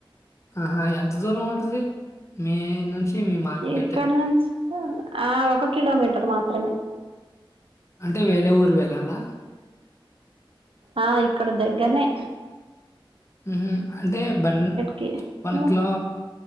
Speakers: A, on the left; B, on the right.
A: ఆహా ఎంత దూరం ఉంటది మీ నుంచి ఇవి మార్కెట్
B: ఇక్కడ నుంచి ఆ ఒక కిలోమీటర్ మాత్రమే
A: అంటే వేరే ఊరు వెళ్ళాలా
B: ఆ ఇక్కడ దగ్గర్నే
A: ఊహు అంటే బాన్
B: కి
A: వన్
B: నువ్వు
A: కిల